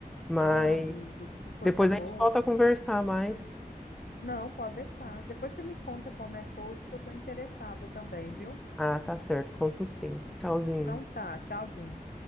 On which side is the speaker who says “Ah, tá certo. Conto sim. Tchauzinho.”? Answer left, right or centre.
Centre